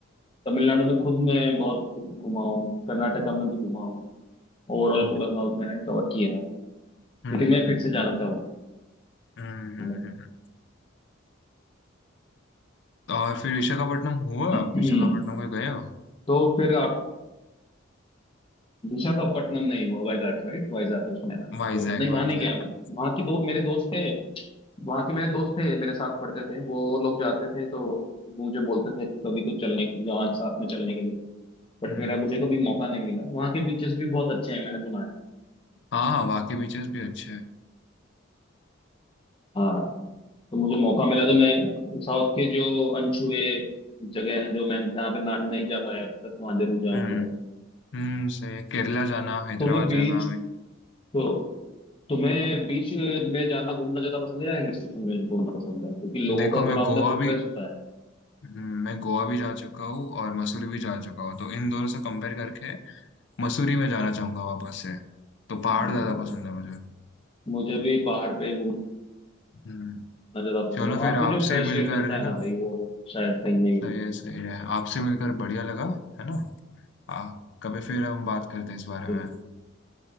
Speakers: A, on the left; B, on the left.
A: तमिलनाडु में खुद मैं बहुत घुमा हूँ कर्नाटका में भी घुमा हूँ ओवरऑल
B: हम्म
A: पूरा साउथ मैंने कवर किया है
B: हम्म
A: लेकिन मैं फिर
B: हम्म,
A: से जाना चाहूंगा
B: हम्म, हम्म,
A: <clears throat>
B: हम्म। और फिर विशाखापट्टनम हुआ
A: हम्म,
B: आप विशाखापट्टनम को गए हो
A: तो फिर आप विशाखापट्टनम नहीं हुआ वाइजैक राइट वाइजैक है उसका नाम तो
B: वाइजैक
A: नहीं
B: वाइजैक
A: वहां नहीं गया मैं वहाँ के दो मेरे दोस्त थे वहाँ के मेरे दोस्त थे मेरे साथ पढ़ते थे वो लोग जाते थे तो मुझे बोलते थे कभी तो चलने जहाँ साथ में चलने के लिए बट
B: हम्म
A: मेरा मुझे कभी मौका नहीं मिला वहाँ के बीचेस भी बहुत अच्छे हैं मैंने सुना है
B: हाँ हाँ वहाँ के बीचेस भी अच्छे हैं
A: हाँ तो मुझे मौका मिला तो मैं साउथ के जो अनछुए जगह हैं जो मैं जहाँ पे ना नहीं जा पाया अब तक वहाँ जरूर जाऊंगा
B: हम्म हम्म सही है। केरला जाना हैदराबाद
A: तुम्हें बीच
B: जाना अभी
A: तो तुम्हें बीच में जाना घूमना ज्यादा पसंद है या हिल स्टेशन में घूमना पसंद है क्योंकि लोगों
B: देखो
A: का
B: मैं
A: थोड़ा अपना
B: गोवा
A: प्रेफरेंस
B: भी
A: होता है
B: हम्म, मैं गोवा भी जा चुका हूँ और मसूरी भी जा चुका हूँ तो इन दोनों से कंपेयर करके मसूरी में जाना चाहूंगा वापस से तो पहाड़
A: हम्म,
B: ज्यादा पसंद है मुझे
A: मुझे भी पहाड़ पे घूमना
B: हम्म
A: ज्यादा पसंद
B: चलो
A: है वहां
B: फिर
A: पे
B: आपसे
A: जो फ्रेश
B: मिलकर
A: एयर मिलता
B: है
A: है
B: ना
A: ना भाई वो शायद कहीं नहीं
B: सही
A: मिलता
B: है सही है आपसे मिलकर बढ़िया लगा है ना आ, कभी फिर हम बात करते हैं इस बारे
A: तो
B: में